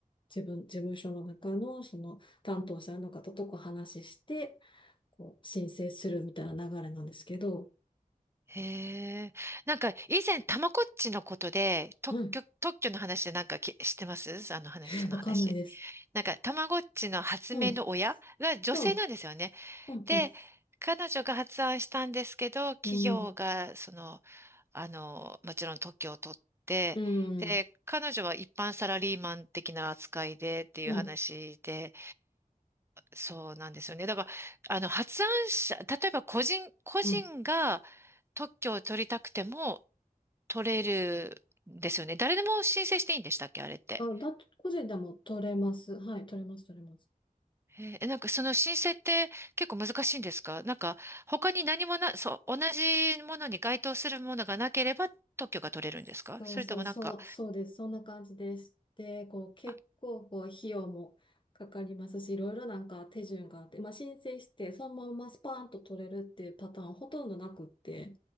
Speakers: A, on the left; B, on the right.
A: 自分、事務所の中のその担当者の方とこう話して、こう申請するみたいな流れなんですけど、
B: へえ。なんか、以前、たまこっちのことで、特許、
A: はい、
B: 特許の話でなんかき知ってますあの話、
A: えわかんないです。
B: その話。なんか、たまごっちの発明の親が女性なんですよね。
A: うん、うん、うん、
B: で、
A: うん、
B: 彼女が発案したんですけど、企業が、
A: うん、
B: その、あの、もちろん特許を取って、
A: う
B: で、
A: ん。
B: 彼女は一般サラリーマン的な扱いでっていう話で、
A: うん
B: そうなんですよね。だから、あの、発案者、例えば個人、個人が
A: うん。
B: 特許を取りたくても取れるんですよね。誰でも申請していいんでしたっけ、あれって。
A: あ、だと、個人でも取れます。はい、取れます、取れます。
B: えーなんかその申請って結構難しいんですかなんか他に何もな、そう、同じものに該当するものがなければ特許が取れるんですかそれともなんか、
A: そうそう、そう、そうです。そんな感じです。で、こう、結構、
B: あ、
A: こう、費用もかかりますし、いろいろなんか手順があって、まあ、申請して、そのままスパーンと取れるっていうパターンはほとんどなくって、